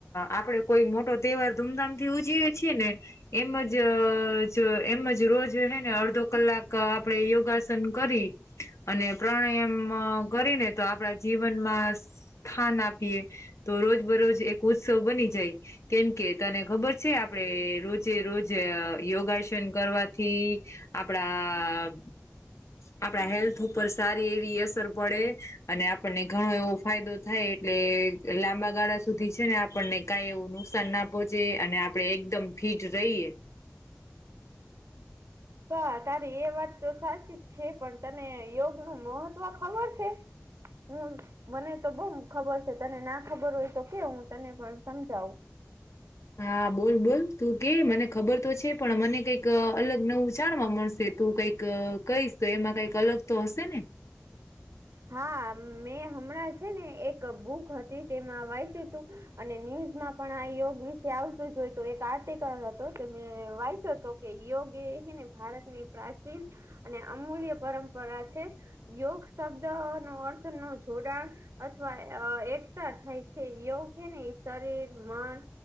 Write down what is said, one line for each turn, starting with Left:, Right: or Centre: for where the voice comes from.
Left: આપડે કોઈ મોટો તહેવાર ધૂમધામ થી ઉજવીએ છેએ ને એમજ અ જો એમજ રોજ હે ને અડધો કલાક આપડે યોગાસન કરી અને પ્રાણાયામ કરીને તો આપડા જીવનમાં સ્થાન આપીએ તો રોજ બરોજ એક ઉત્સવ બની જાય. કેમકે તને ખબર છે આપડે રોજે રોજ યોગાસન કરવાથી આપણા આપણા હેલ્થ ઉપર સારી એવી અસર પડે. અને આપણને ઘણો એવો. ફાયદો થાય એટલે લાંબા ગાળા સુધી છે ને આપણને કાઈ એવું નુકસાન ના પોચે અને આપડે એકદમ ફીટ રહીએ. <inaudible>
Right: હા તારી એ વાત તો સાચી જ છે પણ, તને યોગ નું મહત્વ ખબર છે? હું મને તો બઉ ખબર છે તને ના ખબર હોય તો કે હું તને પણ સમજાવું.
Left: હા બોલ બોલ તું કે મને ખબર તો છે પણ મને કઈક અલગ નવું જાણવા મળશે. તું કઈક કઈશ તો એમાં કઈક અલગ તો હશે ને?
Right: હા મેં હમણાં છે ને એક બુક હતી તેમાં વાંચ્યું હતું અને ન્યૂઝમાં પણ આ યોગ વિશે આવતું જોય તો એક આર્ટિકલ હતો તે મે વાંયચો હતો. કે યોગ એ ને ભારતની પ્રાચીન અને અમૂલ્ય પરંપરા છે. યોગ શબ્દ નો અર્થ નો જોડાણ. અથવા એકતા થાય છે યોગ એ ને શરીર, મન